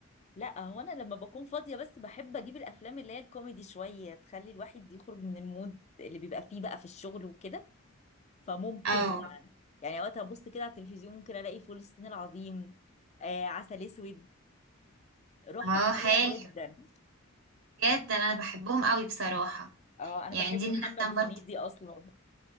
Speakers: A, on the left (about 35°); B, on the right (about 75°).
A: لا هو انا لما بكون فاضية بس بحب اجيب الافلام اللي هي الكوميدي شوية تخلي الواحد يخرج من المود اللي بيبقى فيه بقى في الشغل وكده فممكن
B: اه
A: يعني وقت ابص كده على التلفزيون ممكن الاقي فول الصين العظيم آه عسل اسود روحهم
B: اه
A: حلوة
B: حلو
A: جدا
B: بجد انا بحبهم قوي بصراحة
A: اه انا
B: يعني
A: بحب
B: دي
A: محمد
B: من الافلام
A: هنيدي
B: برضه
A: اصلا